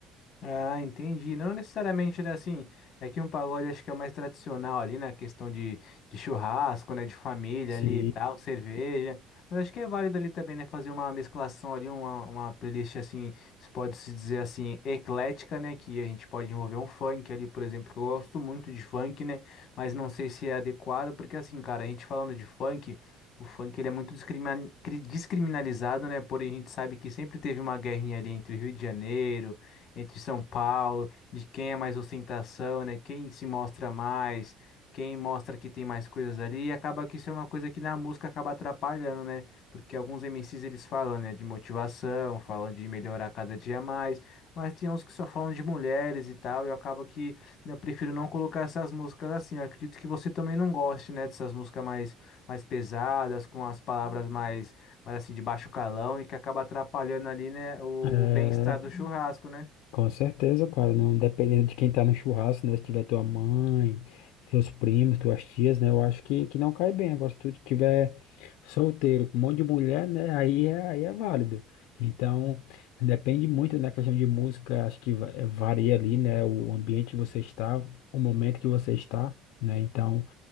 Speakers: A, on the left; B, on the left.
A: Ah, entendi. Não necessariamente, né? Assim, é que um pagode acho que é o mais tradicional ali, na questão de, de churrasco, né? De família
B: Sim.
A: ali e tal, cerveja. Mas acho que é válido ali também, né? Fazer uma mesclação ali, uma, uma playlist assim, se pode se dizer assim, eclética, né? Que a gente pode envolver um funk ali, por exemplo. Eu gosto muito de funk, né? Mas não sei se é adequado, porque assim, cara, a gente falando de funk. O funk ele é muito discrimina- cri- descriminalizado, né? Porém, a gente sabe que sempre teve uma guerrinha ali entre o Rio de Janeiro, entre São Paulo, de quem é mais ostentação, né? Quem se mostra mais, quem mostra que tem mais coisas ali, e acaba que isso é uma coisa que na música acaba atrapalhando, né? Porque alguns MCs eles falam, né, de motivação, falam de melhorar cada dia mais, mas tem uns que só falam de mulheres e tal, e eu acabo que né, eu prefiro não colocar essas músicas assim. Eu acredito que você também não goste, né, dessas músicas mais mais pesadas, com as palavras mais, mais assim, de baixo calão e que acaba atrapalhando ali, né, o,
B: É,
A: o bem-estar do churrasco, né?
B: Com certeza, cara, não dependendo de quem tá no churrasco, né? Se tiver tua mãe, teus primos, tuas tias, né? Eu acho que, que não cai bem. Agora, se tu tiver solteiro, com um monte de mulher, né? Aí é, aí é válido. Então, depende muito, né? questão de música, acho que va- eh, varia ali, né? O ambiente que você está, o momento que você está, né? Então,